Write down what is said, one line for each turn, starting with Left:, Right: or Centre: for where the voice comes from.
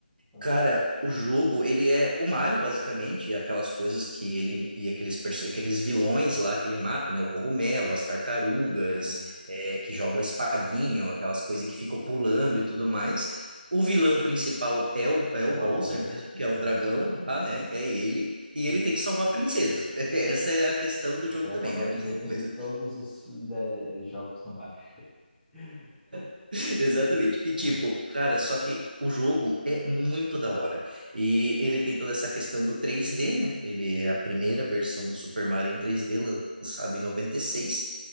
Centre: Ok.
Right: Cara, o jogo, ele é o Mario, basicamente, e aquelas coisas que ele, e aqueles, perso- aqueles vilões lá que ele mata, né? O cogumelo, as tartarugas,
Centre: Uhum.
Right: é, que jogam a espadinha, ou aquelas coisas que ficam pulando e tudo mais. O vilão principal é o, é o
Centre: Bowser.
Right: Bowser mesmo, que é o
Centre: Aham,
Right: dragão lá, né? É ele. E
Centre: uhum.
Right: ele tem que salvar a princesa. <laughs> Essa é a questão do
Centre: Você
Right: jogo
Centre: acabou
Right: também, é a
Centre: de
Right: mesma
Centre: definir
Right: coisa.
Centre: todos os de- jogos do Mario. <laughs>
Right: <laughs> Exatamente. E
Centre: Eh,
Right: tipo, cara, só que o jogo é muito da hora. E ele tem toda essa questão do 3D, né? Ele é a primeira versão do Super Mario em 3D lançado em 96.